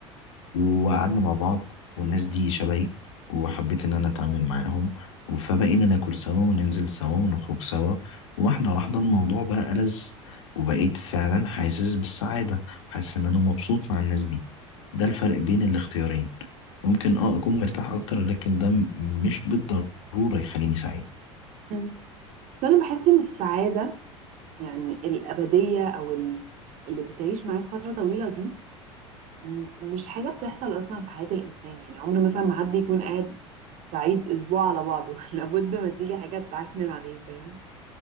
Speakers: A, on the left (about 70°); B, on the right (about 50°).
A: وقعدنا مع بعض والناس دي شبهي وحبيت ان انا اتعامل معاهم فبقينا ناكل سوا وننزل سوا ونخرج سوا واحدة واحدة الموضوع بقى ألذ وبقيت فعلا حاسس بالسعادة حاسس ان انا مبسوط مع الناس دي ده الفرق بين الاختيارين ممكن اه اكون مرتاح اكتر لكن ده م- مش بالضرورة يخليني سعيد
B: مم. بس انا بحس ان السعادة يعني الأبدية او ال- اللي بتعيش معاك فترة طويلة دي م- مش حاجة بتحصل اصلا في حياة الانسان يعني عمر مثلا ما حد يكون قاعد سعيد اسبوع على بعضه <laughs> لابد ما تيجي حاجة تعكنن عليه فاهم